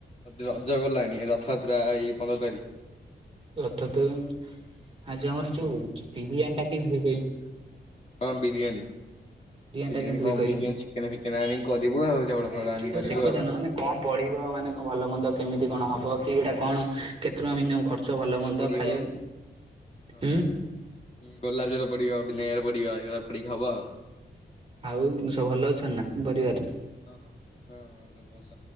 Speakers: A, on the left; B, on the right.
A: ରଜ ଗଲାଣି ରଥଯାତ୍ରା ଏଇ ପନ୍ଦର ତାରିଖ।
B: ରଥଯାତ୍ରା ଜାଣୁ ଆଜି ଆମର ଯୋଉ ବିରିୟାନୀ ଟା କେମିତି ହୁଏ କହିଲୁ?
A: କ ବିରିଆନି? ବିରିୟାନୀ
B: ଟା କେମିତି ହୁଏ
A: କଣ
B: କହିଲୁ?
A: ବିରିୟାନୀ ଚିକେନ ଫିକେନ ଆଣିକି କରିବୁ ଆଉ ଚାଉଳ ଫାଉଳ ଆଣିକି
B: ଆରେ
A: କରିବୁ
B: ସେ କଥା
A: ଆଉ।
B: ନୁହଁ ମାନେ କଣ ପଢିବ ମାନେ କଣ ଭଲ ମନ୍ଦ କେମିତି କଣ
A: ହଁ
B: ହବ କି ଗୁଡା
A: ହଁ
B: କଣ କେତେ ଟଙ୍କା
A: ପଡିବ
B: ମିନି
A: କଣ
B: ଖର୍ଚ୍ଚ
A: ଗୋଲାପ
B: ଭଲ
A: ଜଳ
B: ମନ୍ଦ
A: ପଡିବ।
B: ଖାଇବା?
A: ହଁ।
B: ହୁଁ
A: ଗୋଲାପ ଜଳ ପଡିବ ଭିନେଗାର ପଡିବ ଏଗୁରା ପଡିକି ହବ ଆଉ।
B: ଆଉ ସବୁ ଭଲ ଅଛନ୍ତି ନା ପରିବାରରେ?
A: ହଁ ହଁ ହଁ ସବୁ ଭଲ